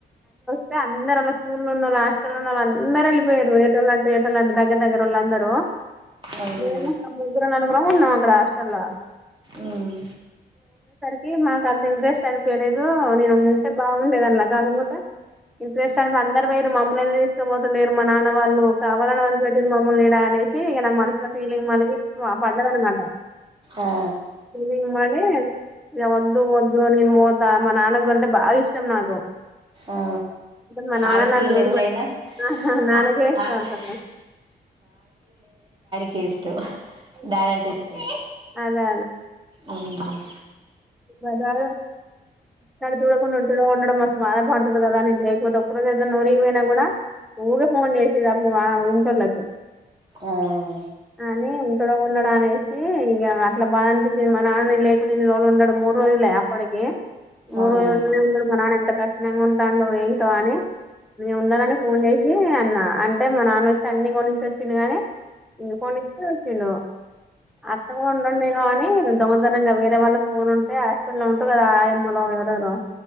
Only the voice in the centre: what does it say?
తే అందరోళ్ళ, స్కూల్లున్నోళ్ళ, హాస్టల్లున్నోళ్ళ అందరు ఎళ్ళిపొయిరు పోయేటోలం దెగెటోలంత దగ్గర దగ్గర లందరూ.
మేము ఒక ముగ్గురం నలుగురం ఉన్నాం అక్కడ హాస్టల్లా
కి మాకంత ఇంట్రెస్ట్ అనిపోయలేదు నేను ఉంటే బాగుండేది అని కాకపోతే ఇంట్రెస్ట్ అని అందరు పొయిరు మమ్మల్ని తీసుకపోత లేరు మా నాన్న వాళ్ళు కావాలని వదిలిపెట్టిరు మమ్మల్ని యిడా అనేసి ఇగ నా మనసులో ఫీలింగ్ మరీ ఎక్కువ పడ్డది అనమాట.
ఫిలింగ్ మరి ఇగ ఒద్దు ఒద్దు నేన్ పోతా మా నాన్న గొం టే బాగా ఇష్టం నాకు.
మా నాన్న
నన్ను వదిలిపెట్టాలని
చూసిన, నాన్నకే
ఇష్టపడుత
అట్లా
అదే
దర్జాగా నన్ను చూడకుంట ఉంటడో ఉండడో మస్త్ బాద పడుతుండు గదా నేను లేకపోతే ఒక్క రోజు ఏదన ఊరికి పోయినా గూడ ఊకె ఫోన్ జేసేది అప్పుడు మా ఇంటోళ్ళకు
అని ఇక్కడ ఉండడాని అనేసి ఇగ అట్లా బా అనిపించి మా నాన్న నేను లేకుండ ఇన్ని రోజులు ఉండ మూడు రోజులే అప్పడికి మూడు
రోజులుండనే ఉండడు మా నాన్న ఎంత కఠినంగా ఉంటా అని పొయింటో గానీ నేను ఉండననే ఫోన్ చేసి అన్నా అంటే మా నాన్న వచ్చి అన్ని కొన్నిచ్చోచ్చిండు గాని మ్మ్ కొనిచ్చి వచ్చిండు అట్ట కూడ ఉండను నేను అని దొంగతనంగా వేరే వాళ్ళ ఫోన్ ఉంటే హాస్టల్లో ఉంటు గదా ఆయమ్మలో ఎవరెవరో